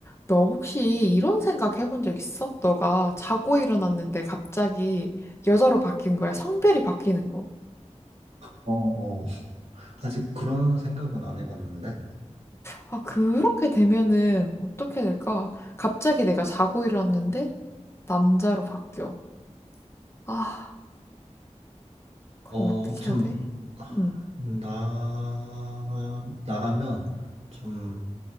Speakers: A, on the left; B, on the right.
A: 너 혹시 이런 생각 해본 적 있어? 너가 자고 일어났는데 갑자기 여자로 바뀌는 거야. 성별이 바뀌는 거.
B: 어, 어. 아직 그런 생각은 안 해봤는데,
A: 아, 그렇게 되면은 어떻게 될까? 갑자기 내가 자고 일어났는데 남자로 바뀌어. 아, 그럼
B: 어,
A: 어떻게
B: 좀,
A: 해야 돼? 응,
B: 나, 나라면 좀